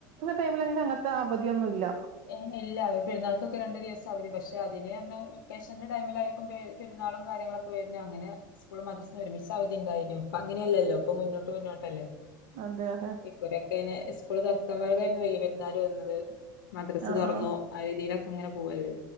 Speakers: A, on the right; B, on the left.
A: ടൈമിൽങ്ങനെ അങ്ങൻത്തെ അവധിയൊന്നുല്ല
B: ഇനില്ല പെരുന്നാൾക്കൊക്കെ രണ്ടു ദിവസം അവധി പക്ഷെ അതിന് പറഞ്ഞ വെക്കേഷന്റെ ടൈമില ആയിരിക്കുംപെരുന്നാളും കാര്യങ്ങളൊക്കെ വര്ന്നെ അങ്ങനെ സ്കൂള് മദ്റസാ ഒരുമിച്ച അവധി ഉണ്ടായിന്നു ഇപ്പങ്ങനെയല്ലല്ലോ മുന്നോട്ട് മുന്നോട്ടല്ലേ
A: അതെ അതെ
B: ഈക്ക്വലാക് സ്കൂള് തറക്കുമ്പോഴ <unintelligible> ക്ക് വലിയ പെരുന്നാര് വന്നത് മദ്രസ്
A: ആഹ്
B: തൊറന്നു
A: ആഹ്
B: ആ രീതിയിലൊ അങ്ങനെ പോവല്ലേ